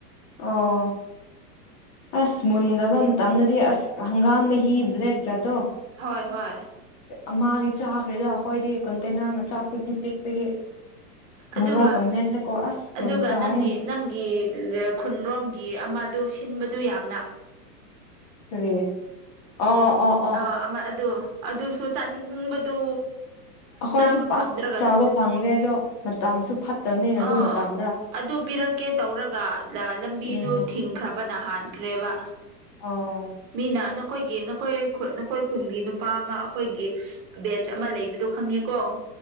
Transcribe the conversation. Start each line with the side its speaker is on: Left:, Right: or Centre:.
Left: ꯑꯣ ꯑꯁ ꯃꯨꯟꯗꯕ ꯃꯇꯝꯗꯗꯤ ꯑꯁ ꯍꯪꯒꯥꯝ ꯃꯍꯤ ꯕ꯭ꯂꯦꯛ ꯖꯥꯗꯣ
Right: ꯍꯣꯏ ꯍꯣꯏ
Left: ꯑꯃꯥꯗꯤ ꯆꯥꯈ꯭ꯔꯦꯗ ꯑꯈꯣꯏꯗꯤ ꯀꯟꯇꯦꯅꯔ ꯃꯆꯥ ꯄꯤꯛꯇꯤ ꯄꯤꯛꯄꯥꯒꯤ
Right: ꯑꯗꯨꯒ
Left: ꯃꯣꯔꯣꯛꯒ ꯃꯦꯠꯂꯀꯣ ꯑꯁ
Right: ꯑꯗꯨꯒ
Left: ꯌꯥꯝ ꯆꯥꯏꯌꯦ
Right: ꯅꯪꯒꯤ ꯅꯪꯒꯤ ꯈꯨꯟꯔꯣꯝꯒꯤ ꯑꯃꯗꯣ ꯁꯤꯟꯕꯗꯨ ꯌꯥꯝꯅ
Left: ꯀꯔꯤ ꯑꯣ ꯑꯣ ꯑꯣ
Right: ꯑ ꯑꯃ ꯑꯗꯨ ꯑꯗꯨꯁꯨ ꯆꯥꯅꯤꯡꯕꯗꯨ
Left: ꯑꯈꯣꯏꯁꯨ
Right: ꯆꯥꯕ
Left: ꯄꯥꯛ
Right: ꯐꯪꯗ꯭ꯔꯒꯗꯣ
Left: ꯆꯥꯕ ꯐꯪꯗꯦ ꯑꯗꯣ ꯃꯇꯝꯁꯨ ꯐꯠꯇꯝꯅꯤꯅ ꯑꯗꯨ
Right: ꯑꯥ
Left: ꯃꯇꯝꯗ‌ꯣ
Right: ꯑꯗꯨ ꯄꯤꯔꯛꯀꯦ ꯇꯧꯔꯒ ꯂ ‌ꯂꯝꯕꯤꯗꯨ
Left: ꯎꯝ
Right: ꯊꯤꯡꯈ꯭ꯔꯕꯅ ꯍꯥꯟꯈ꯭ꯔꯦꯕ
Left: <unintelligible>
Right: ꯃꯤꯅ ꯅꯈꯣꯏꯒꯤ ꯅꯈꯣꯏ ꯈꯨꯟ ꯅꯈꯣꯏ ꯈꯨꯟꯒꯤ ꯅꯨꯄꯥ ꯑꯃꯥ ꯑꯈꯣꯏꯒꯤ ꯕꯦꯠ ꯆꯞ ꯃ ꯂꯩꯕꯗꯣ ꯈꯪꯉꯦꯀꯣ